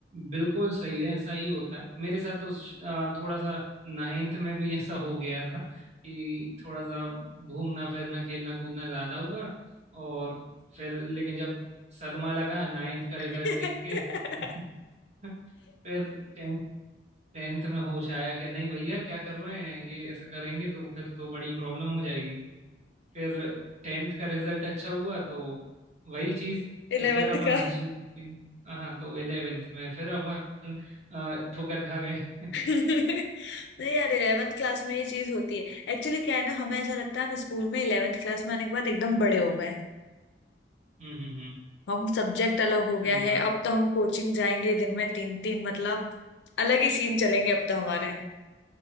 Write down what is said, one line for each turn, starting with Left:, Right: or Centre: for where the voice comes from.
Right: बिल्कुल सही है ऐसा ही होता है मेरे साथ तो श- अ, थोड़ा सा नाइन्थ में भी <laughs> ऐसा हो गया था कि थोड़ा सा घूमना फिरना खेलना कूदना ज्यादा हुआ और फिर लेकिन जब सदमा लगा नाइन्थ का रिजल्ट
Left: <laughs>
Right: देख के <laughs> फिर टेंथ टेंथ में होश आया कि नहीं भैया क्या कर रहे हैं ये ऐसा करेंगे तो फिर तो बड़ी प्रॉब्लम हो जाएगी फिर टेंथ का रिजल्ट अच्छा हुआ तो वही चीज
Left: 11th
Right: कि फिर अपन
Left: का
Right: हंसी खुशी हाँ तो इलेवेंथ में फिर अपन अ, ठोकर खा गए <laughs>
Left: नहीं यार 11th क्लास में ये चीज होती है एक्चुअली क्या है ना हमें ऐसा लगता है हम स्कूल में 11th क्लास में आने के बाद एकदम बड़े हो गए
Right: हम्म हम्म हम्म
Left: हम सब्जेक्ट अलग हो
Right: सही
Left: गया है
Right: बात
Left: अब तो हम कोचिंग जाएंगे दिन में तीन तीन मतलब अलग ही सीन चलेंगे अब तो हमारे